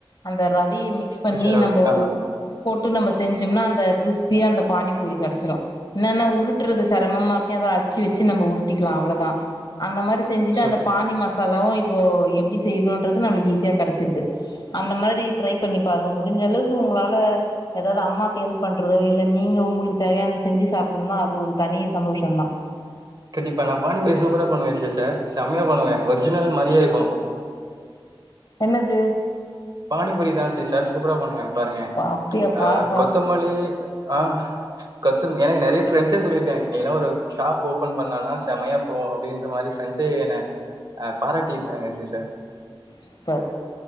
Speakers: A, on the left (about 55°); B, on the right (about 50°).
A: அந்த ரவயே மிக்ஸ் பண்ணி
B: குச்சராவே
A: நம்போ
B: ஆமா
A: போட்டு நம்ம செஞ்சோம்னா அந்த கிரிஸ்பியா அந்த பானி பூரி கெடச்சிரு என்னனா உருட்டுறது செரமமா இருக்கு எதா அச்சி வச்சி நம்மோ உருட்டிக்கலா அவ்ளோதா அந்த மாரி செஞ்சுட்டு
B: சூப்பர்
A: அந்த பானி மசாலாவு இப்போ எப்டி செய்யணுன்றது நம்மளுக்கு ஈஸியா கெடச்சிடுது அந்த மாரி ட்ரை பண்ணி பாருங்க முடிஞ்ச அளவுக்கு உங்களால எதாவ்து அம்மாக்கு ஹெல்ப் பண்றதோ இல்ல நீங்க உங்களுக்கு தேவையானத செஞ்சு சாப்புனா அது ஒரு தனி சந்தோஷந்தா
B: கண்டிப்பா நா பானி பூரி சூப்பரா பண்ணுவ சிஸ்டர் செமையா பண்ணுவே ஒரிஜினல் மாரியே இருக்கு
A: என்னது
B: பானிபூரி தா சிஸ்டர் சூப்பரா பண்ணுவே பாருங்க
A: அப்டியா
B: ஆ
A: பார்ப்பா
B: கொத்தமல்லி ஆ கொத்தம எனக்கு நெறைய ஃபிரெண்ட்ஸ் ஸே சொல்லிருக்காங்க நீயெல்லா ஒரு ஷாப் ஓபன் பண்ணனா செம்மயா போகு அப்டின்ற மாரி ஃபிரெண்ட்ஸ்ஸே என்ன ஆ பாராட்டிருக்காங்க சிஸ்டர்
A: சூப்பர்